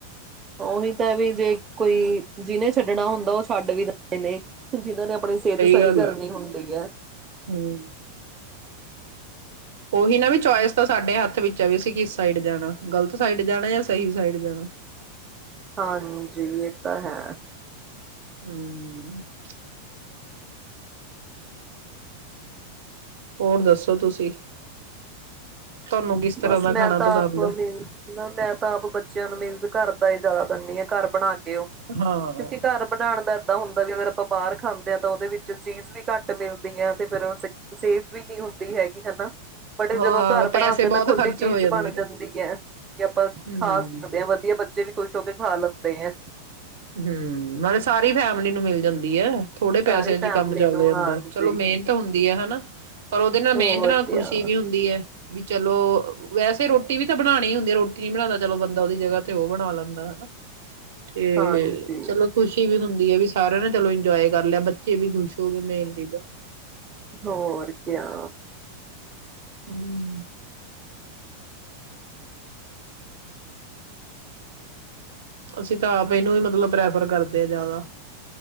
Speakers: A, on the right; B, on the right.
A: ਉਹੀ ਤਾਂ ਐ ਵੀ ਜੇ ਕੋਈ ਜਿਹਨੇ ਛੱਡ ਛੱਡਣਾ ਹੁੰਦਾ ਉਹ ਛੱਡ ਵੀ ਦਿੰਦੇ ਨੇ ਜਿਨਾਂ ਨੇ ਆਪਣੀ ਸਿਹਤ ਸਹੀ
B: ਗੱਲ
A: ਕਰਨੀ
B: ਆ।
A: ਹੁੰਦੀ ਹੈ
B: ਹੂੰ। ਉਹੀ ਨਾ ਵੀ ਚੋਇਸ ਤਾਂ ਸਾਡੇ ਹੱਥ ਵਿੱਚ ਆ ਵੀ ਅਸੀਂ ਕਿਸ ਸਾਈਡ ਜਾਣਾ ਗ਼ਲਤ ਸਾਈਡ ਜਾਣਾ ਜਾਂ ਸਹੀ ਸਾਈਡ ਜਾਣਾ
A: ਹਾਂਜੀ ਇਹ ਤਾਂ ਹੈ
B: <inaudible> ਹੋਰ ਦੱਸੋ ਤੁਸੀਂ ਤੁਹਾਨੂੰ ਕਿਸ ਤਰ੍ਹਾਂ
A: ਬਸ
B: ਦਾ
A: ਮੈਂ
B: ਖਾਣਾ
A: ਤਾਂ
B: ਪਸੰਦ
A: ਆਪ
B: ਹੈ?
A: ਮੀਨ ਮੈਂ ਤਾਂ ਆਪ ਬੱਚਿਆਂ ਨੂੰ ਮੀਨ ਘਰ ਦਾ ਹੀ ਜ਼ਿਆਦਾ ਦਦੀ ਆ ਘਰ ਬਣਾ ਕੇ ਕਿਉਂਕਿ
B: ਹਾਂ।
A: ਘਰ ਬਣਾਉਣ ਦਾ ਏਦਾਂ ਹੁੰਦਾ ਅਗਰਾਂ ਬਾਹਰ ਖਾਂਦੇ ਹਾਂ ਤਾਂ ਉਹਦੇ ਵਿੱਚ ਚੀਜ਼ ਵੀ ਘੱਟ ਮਿਲਦੀ ਹੈ ਤੇ ਫਰ ਸੇਫ ਵੀ ਨੀ ਹੁੰਦੀ ਹੈਗੀ ਹਨਾ ਬੜੇ
B: ਹਾਂ
A: ਜਦੋਂ ਘਰ
B: ਪੈਸੇ
A: ਬਣਾਉਂ ਜਾਂ
B: ਬਹੁਤ
A: ਤਾਂ ਖੁੱਲੀ
B: ਖ਼ਰਚ
A: ਚੀਜ਼
B: ਹੋ ਜਾਂਦੇ
A: ਬਣ ਜਾਂਦੀ
B: ਆ।
A: ਹੈ। ਵੀ ਆਪਾਂ
B: ਹੂੰ।
A: ਖਾ ਸਕਦੇ ਹਾਂ ਵਧੀਆ ਬੱਚੇ ਵੀ ਖ਼ੁਸ਼ ਹੋ। ਕੇ ਖਾ ਲੈਂਦੇ ਆ
B: ਹਮ ਮਤਲਬ ਸਾਰੀ ਫੈਮਿਲੀ ਨੂੰ ਮਿਲ ਜਾਂਦੀ ਹੈ। ਥੋੜੇ
A: ਸਾਰੀ
B: ਪੈਸਿਆਂ
A: ਫੈਮਲੀ
B: ਚ ਕੰਮ ਚੱਲ
A: ਨੂੰ
B: ਜਾਂਦਾ
A: ਹਾਂਜੀ
B: ਚਲੋ ਮਿਹਨਤ ਹੁੰਦੀ ਆ ਹਨਾ ਪਰ ਉਹਦੇ ਨਾਲ ਮਿਹਨਤ
A: ਹੋਰ
B: ਨਾਲ
A: ਕਿਆ
B: ਖੁਸ਼ੀ ਵੀ ਹੁੰਦੀ ਹੈ। ਵੀ ਚਲੋ ਵੈਸੇ ਰੋਟੀ ਵੀ ਤਾਂ ਬਣਾਣੀ ਹੀ ਹੁੰਦੀ ਰੋਟੀ ਨੀ ਬਣਾਉਂਦਾ ਚਲੋ ਬੰਦਾ ਉਹਦੀ ਜਗ੍ਹਾ ਤੇ ਉਹ ਬਣਾ ਲੈਂਦਾ ਹਨਾ ਤੇ
A: ਹਾਂਜੀ
B: ਤੇ ਚਲੋ ਖੁਸ਼ੀ ਵੀ ਹੁੰਦੀ ਦੀ ਵੀ ਸਾਰਿਆਂ ਨੇ ਚਲੋ ਇੰਜੋਏ ਕਰ ਲਿਆ ਬੱਚੇ ਵੀ ਖੁਸ਼ ਹੋ ਗਏ ਮੇਲ ਲਈ ਤਾਂ
A: ਹੋਰ ਕਿਆ
B: <inaudible> ਅਸੀਂ ਤਾਂ ਆਪ ਇਹਨੂੰ ਹੀ ਮਤਲਬ ਪ੍ਰੈਫਰ ਕਰਦੇ ਹਾਂ ਜ਼ਿਆਦਾ